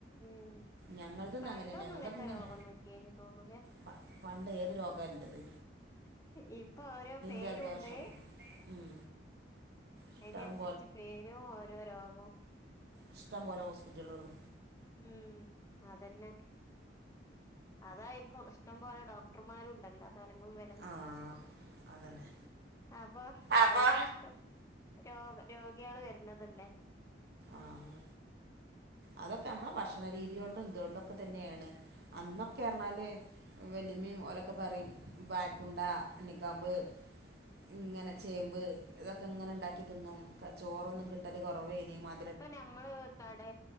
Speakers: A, on the left (about 15°); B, on the right (about 60°).
A: ഉം
B: ഞങ്ങളതൊന്നും
A: പണ്ടൊന്നും
B: അങ്ങനെയല്ല ഞങ്ങളതൊക്കെ
A: ഇങ്ങൻത്തെ
B: ഇങ്ങനെ
A: രോഗൊന്നുല്ലേനി തോന്നൂലേ
B: പ പണ്ട് ഏത് രോഗാല്ലത്
A: ഇപ്പൊ ഓരോ പേരുണ്ട്
B: ജലദോഷം ഉം ഇഷ്ടം
A: അയ്നൻസര്ച്ച് പേരും ഓരോ രോഗും
B: ഇഷ്ടംപോലെ ഹോസ്പിറ്റല്കളും
A: ഉം അതന്നെ അതായിരിക്കും ഇഷ്ടംപോലെ ഡോക്ടർമാരുംണ്ടല്ലോ തെൽങ്ങും വെൽ
B: ആഹ് അതന്നെ
A: അപ്പൊ
B: അപ്പൊ
A: ഓൽക്കിഷ്ടം രാേഗ് രോഗ്യാള് വര്ന്നതല്ലേ
B: ആന്ന് അതൊക്കെ നമ്മളെ ഭക്ഷണ രീതി കൊണ്ടും ഇതോണ്ടൊക്കെതന്നേണ് അന്നൊക്കെ അർഞ്ഞാല് വല്ലിമ്മിം ഓലൊക്കെ പറിം വാഴ്ക്കുണ്ട ഇണ്ണിക്കാമ്പ് ഇങ്ങനെ ചേമ്പ് ഇതൊക്കെ ഇങ്ങനെ ഇണ്ടാക്കി ത് ന്നും ചോറൊന്നും കിട്ടല് കാെറവെയ്നി മ
A: നമ്മള് കടേ